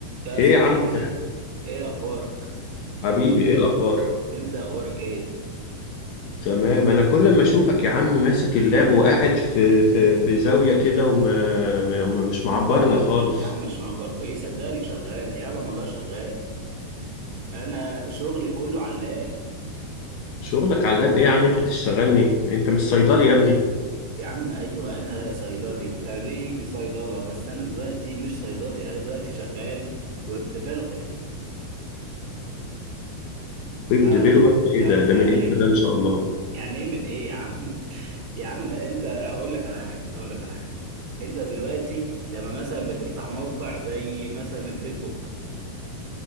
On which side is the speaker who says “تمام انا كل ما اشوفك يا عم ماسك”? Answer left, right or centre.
Left